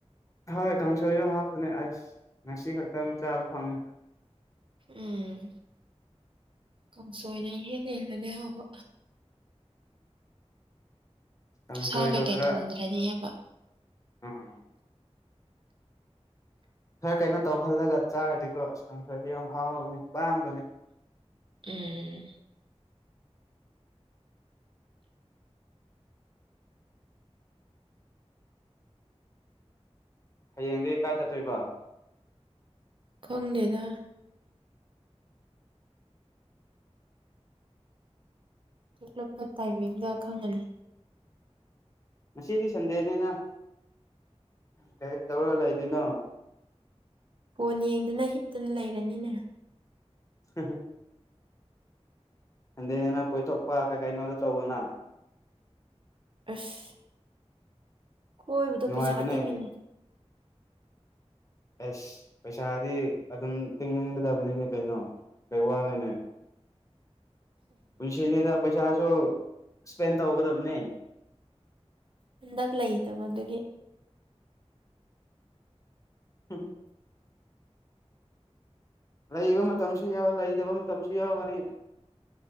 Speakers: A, on the left; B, on the right.
A: ꯍꯣꯏ ꯀꯥꯡꯁꯣꯏꯁꯨ ꯍꯥꯎꯕꯅꯦ ꯑꯁ ꯉꯁꯤ ꯈꯛꯇ ꯑꯃ ꯆꯥꯕ ꯐꯪꯉꯦ
B: ꯎꯝ ꯀꯝ ꯁꯣꯏꯅꯍꯦ ꯂꯩꯕꯅꯦ ꯍꯕ
A: ꯑ ꯑ
B: ꯁꯥ
A: ꯆꯣꯗ
B: ꯀꯩꯀꯩ
A: ꯑꯣꯀ꯭ꯔ
B: ꯊꯣꯡꯗ꯭ꯔꯗꯤ ꯍꯥꯏꯕ
A: ꯎꯝ ꯈꯔ ꯀꯩꯅꯣ ꯇꯧꯍꯜꯂꯒ ꯆꯥꯔꯗꯤꯀꯣ ꯑ ꯈꯪ ꯈꯔꯁꯨ ꯌꯥꯝ ꯍꯥꯎꯕꯅꯦ ꯄꯥꯝꯕꯅꯦ
B: ꯎꯝ
A: ꯍꯌꯦꯡꯗꯒꯤ ꯀꯥꯏ ꯆꯠꯇꯣꯏꯕ
B: ꯈꯣꯡꯂꯗ ꯊꯣꯛꯂꯛꯄ ꯇꯥꯏꯃꯤꯡꯗ ꯈꯪꯒꯅꯤ
A: ꯃꯁꯤꯗꯤ ꯁꯟꯗꯦꯅꯤꯅ ꯀ ꯇꯧꯒꯂ ꯏꯗꯅꯣ
B: ꯐꯣꯟ ꯌꯦꯡꯗꯨꯅ ꯍꯤꯞꯇꯨꯅ ꯂꯩꯔꯅꯤꯅꯦ
A: ꯍꯥ ꯑꯗꯅ ꯀꯣꯏ ꯆꯣꯄ ꯀꯥꯏꯅꯗ ꯆꯧꯎꯅꯥ
B: ꯑꯁ ꯍꯣꯏꯕꯗ
A: ꯅꯨꯡꯉꯥꯏꯕꯅꯦ
B: ꯄꯩꯁꯥ ꯊꯦꯡꯉꯦꯅꯦ
A: ꯑꯦꯁ ꯄꯩꯁꯥꯗꯤ ꯑꯗꯨꯝ ꯇꯤꯡꯒꯗꯕꯅꯤꯅꯦ ꯀꯩꯅꯣ ꯀꯩ ꯋꯥꯅꯣꯅꯦ ꯄꯨꯁꯤ ꯄꯩꯁꯥꯁꯨ ꯁꯄꯦꯟ ꯊꯒꯅꯦ
B: ꯍꯟꯗꯛ ꯂꯩꯗꯕ ꯑꯗꯨꯒꯤ
A: ꯎꯝ ꯂꯩꯕ ꯃꯇꯝꯁꯨ ꯂꯩꯇꯕ ꯃꯇꯝꯁꯨ ꯌꯥꯎꯒꯅꯤ